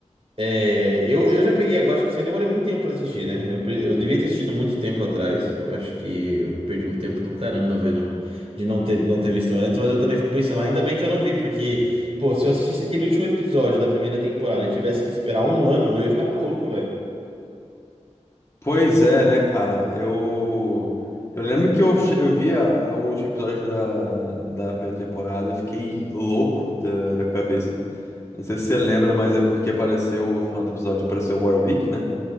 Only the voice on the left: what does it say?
Pois é, né, cara? Eu. Eu lembro que eu, che- eu vi a- a- o último episódio da, da primeira temporada, eu fiquei louco da, da cabeça. Não sei se você lembra, mas é porque apareceu, no final do episódio apareceu o Warwick, né?